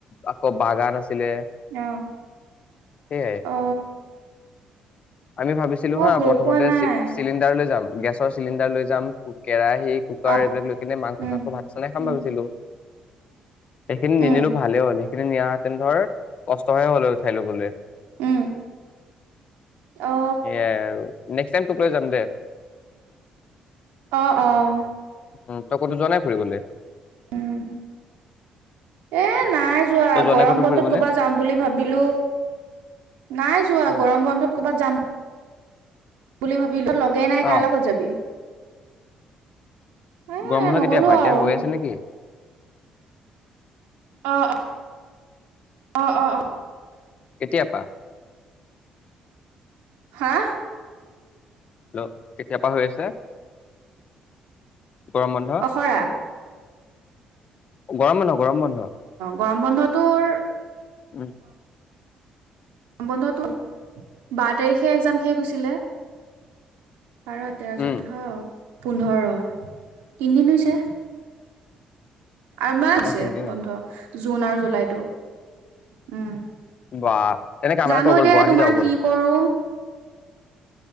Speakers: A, on the left; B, on the right.
A: আকৌ বাগান আছিলে।
B: আহ,
A: সেয়াই
B: অ।
A: আমি ভাবিছিলো
B: মই
A: হা
B: গৈ
A: প্ৰথমতে
B: পোৱা নাই
A: চিলিণ্ডাৰ লৈ যাম গেছ। চিলিনডাৰ লৈ যাম কেৰাহী, কুকাৰ
B: অ
A: এইবিলাক লৈ যাম। কিনে মাংস
B: উম
A: চাংস ভাত বনাই খাম
B: উম
A: ভাবিছিলো। সেইখিনি
B: উম
A: নিনিলো ভালে হ'ল সেইখিনি নিয়া তেন ধৰ কষ্টহে হ'ল উঠাই লবলৈ।
B: উম অ
A: সেয়াই আৰু নে নেক্স টাইম টোক লৈ যাম দে।
B: অঁ অঁ।
A: উম, তই ক'তো জনাই ফুৰিবলৈ?
B: উম, এ নাই যোৱা
A: তই
B: গৰম
A: নাই ক'তো
B: বন্ধত
A: ফুৰিবলে?
B: কৰ'বাত যাম বুলি ভাবিলো নাই যোৱা
A: উম।
B: গৰম বন্ধত ক'বাত যাম। বুলি ভাবি বিলত লগেই নাই
A: অ
B: কাৰ লগত যাবি? এ
A: গৰম বন্ধ
B: নগলো
A: কেতিয়াৰ পা এতিয়া
B: আৰু
A: হৈ আছে নেকি?
B: অ', অ, অ, অ ।
A: কেতিয়া পা?
B: হা।
A: হেল্ল' কেতিয়া পৰা হৈ আছে? গৰম বন্ধ?
B: অখৰা।
A: গৰম বন্ধ, গৰম বন্ধ।
B: গৰম বন্ধটোৰ
A: উম।
B: বন্ধটো বাৰ তাৰিখে এক্সাম শেষ হৈছিলে। বাৰ তেৰ চৈদ্ধ
A: উম
B: পোন্ধৰ, তিনিদিন হৈছে। আৰু ইমান হৈছে
A: অ তিনদিন
B: বন্ধ জুন আৰু জুলাইতটো। উম ।
A: বাহ তেনে কাম এটা
B: জানো
A: কৰো ব'ল
B: এতিয়া
A: গুৱাহাটী
B: তোমাৰ
A: যাওঁ ব'ল।
B: কি কৰো।